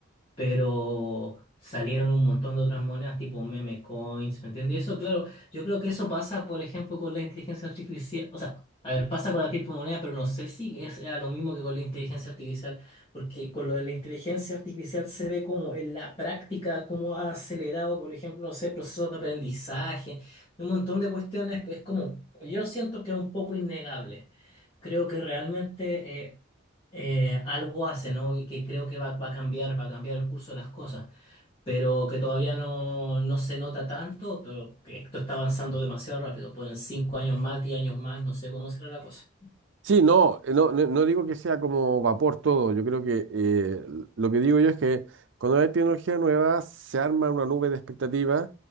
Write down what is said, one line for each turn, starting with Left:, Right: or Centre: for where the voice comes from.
Left: pero salieron un montón de otras monedas tipo meme coins, ¿me entiendes? Y eso, claro, yo creo que eso pasa, por ejemplo, con la inteligencia artificial, o sea, a ver, pasa con la criptomoneda, pero no sé si es sea lo mismo que con la inteligencia artificial, porque con lo de la inteligencia artificial se ve como en la práctica, cómo ha acelerado, por ejemplo, no sé, procesos de aprendizaje, un montón de cuestiones que es como, yo siento que es un poco innegable. Creo que realmente... eh, eh, algo hace, ¿no? Y que creo que va, va a cambiar, va a cambiar el curso de las cosas, pero que todavía no, no se nota tanto, pero que esto está avanzando demasiado rápido. Ponen cinco años más, diez años más, no sé cómo será la cosa.
Right: Sí, no, eh, no, no, no digo que sea como vapor todo. Yo creo que eh, lo que digo yo es que cuando hay tecnología nueva se arma una nube de expectativas